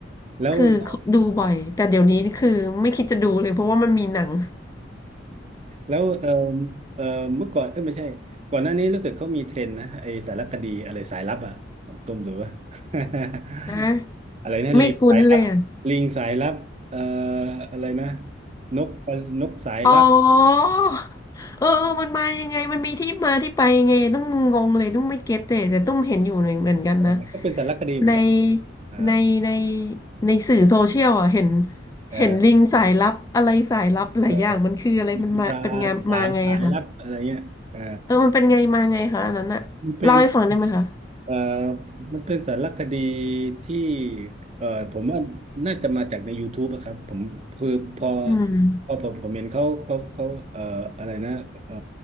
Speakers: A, on the right; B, on the left.
A: แล้วแล้ว
B: คือดูบ่อยแต่เดี๋ยวนี้คือไม่คิดจะดูเลยเพราะว่ามันมีหนัง
A: แล้วเออเออเมื่อก่อนเออไม่ใช่ก่อนหน้านี้รู้สึกเขามีเทรนด์นะไอสารคดีอะไรสายลับอ่ะผมต้มดูว่า <laughs>
B: นะ
A: อะไรนะลิงสายลับลิงสายลับเอ่อ
B: ไม่คุ้นเลยอะ
A: อะไรนะนกนกสายลับ
B: อ๋อเออเออมันมายังไงมันมีที่มาที่ไปยังไงต้องงงเลยต้องไม่เก็ตเลยแต่ต้องเห็นอยู่หนึ่งเหมือนกันนะ
A: เออมันก็เป็นสารคดีเหมือนกัน
B: ใน
A: เออ
B: ในในในสื่อโซเชียลอ่ะเห็น
A: เอ
B: เห็นลิงสายลับอะไรสายลับหลายอย่างมันคืออะไรมันมาเป็นงานมาไงอะคะ
A: อ มีปลาสามสายลับอะไรเงี้ยอ่า
B: เออมันเป็นไงมาไงคะอันนั้นอะเล่าให้ฟังได้ไหมคะ
A: มันเป็น เอ่อมันเป็นสารคดีที่เอ่อผมว่าน่าจะมาจากใน YouTube นะครับผมคือพอ
B: อืม
A: พอผมผมเห็นเขาเขาเขาเอ่ออะไรนะเอ่อ